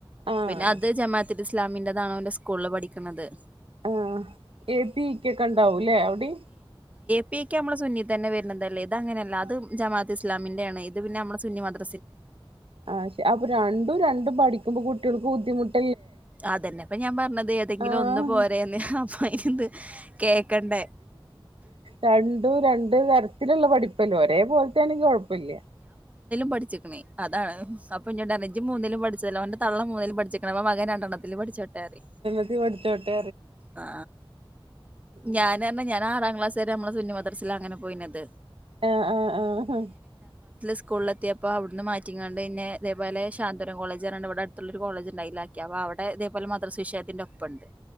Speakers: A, on the right (about 75°); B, on the right (about 15°).
A: ആഹ്
B: പിന്നെ അത് ജമാത്തി ഇസ്ലാമിൻറോണോ അവന്റെ സ്കൂളിൽ പഠിക്കുന്നത്
A: ആഹ ഏ പിക്കക്കണ്ടാവല്ലേ അവിടെ
B: ഇക്ക് നമ്മള് സുന്നി തന്നെ വരുന്നതല്ലേ ഇത്ങ്ങനെയ അല്ല അത്
A: ആഹ്
B: ജമാഅത്ത് ഇസ്ാമിന്റെ ആാണ് ഇത് പിന്നെ നമ്മ സുന്നി മാത്രം
A: ആ ശെ അപ്പൊ രണ്ടും രണ്ടും പഠിക്കുമ്പോ കുട്ടികൾക്ക് ബുദ്ധിമുട്ട്
B: അതന്നെപ്പ ഞാൻ പറഞ്ഞത് ഏതെങ്കിലും
A: ആഹ്
B: ഒന്ന് പോരന്ന് അപ്പ അന്ത് കേക്കണ്ട
A: രണ്ടു രണ്ട ത ത്തിലുള്ള പഠിപ്പല്ലേ ഒരേ പോലത്ത ആണെങ്കും കുഴപ്പമില്ല
B: പഠിക്കണേ അതാണ് അപ്പൊ ഞ ഡറിജി മൂന്നിലും പഠിച്ചതല്ലോ അവന്റെ തള്ള മൂന്നേും പഠിച്ചിിക്കക്കെ അപ്പ മകൻ രണ്ടെണ്ണത്തില്ൽ പഠിച്ചുോട്ടേറി
A: പഠടിച്ചോട്ട
B: ആ ഞൻ
A: ഉം
B: പറഞ്ഞ ഞാനൻ ആറാം ക്ലാസ് വരെ നമ്മള് സുന്നിമദർസില അങ്ങനെ പോയിത്
A: ആഹ ആഹ ആഹ ആഹ <unintelligible>
B: സ്കൂള എത്തിപ്പോ അവിടുന്ന് മാറ്റിങ്ങാണ്ട്ന്നെ ഇതേപല ശാന്തവരം കോളജ് പറഞ്ഞണ്ട് ഇവിടെ അടുത്തുള്ളരു കോളേജ്ണ്ടതിലാക്കി അപ്പോ അവിടെ ഇതേപോലെ മാത്രം സുഷയത്തിന്റെ ഒപ്പംുണ്ട്